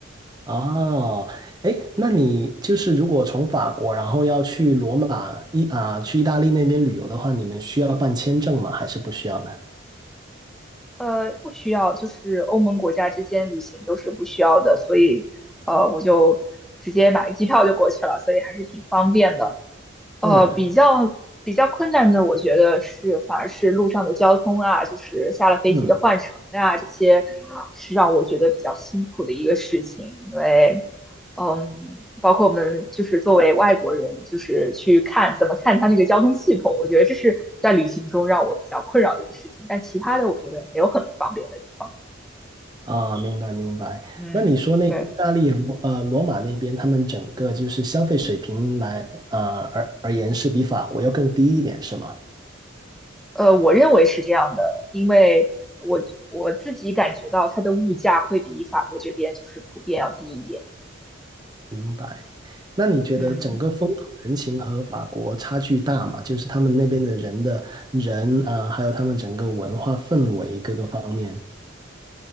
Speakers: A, on the right; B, in the centre.
A: 哦，哎，那你就是如果从法国，然后要去罗马意啊、去意大利那边旅游的话，你们需要办签证吗？还是不需要呢？
B: 呃，不需要，就是欧盟国家之间旅行都是不需要的，所以呃我就直接买个机票就过去了，所以还是挺方便的。呃，
A: 是，
B: 比较比较困难的，我觉得是反而是路上的交通啊，就是下了飞机的换乘啊，
A: 嗯，
B: 这些是让我觉得比较辛苦的一个事情。因为，嗯，包括我们就是作为外国人，就是去看怎么看它那个交通系统，我觉得这是在旅行中让我比较困扰的一个事情。但其他的，我觉得没有很不方便的地方。
A: 啊，明白明白。
B: 嗯，
A: 那你说那个意大利罗呃罗马那边，
B: 对。
A: 他们整个就是消费水平来啊而而言是比法国要更低一点，是吗？
B: 呃，我认为是这样的，因为我我自己感觉到它的物价会比法国这边就是普遍要低一点。
A: 明白。那你觉得整个风土人情和法国差距大吗？
B: 嗯。
A: 就是他们那边的人的人啊、呃还有他们整个文化氛围各个方面。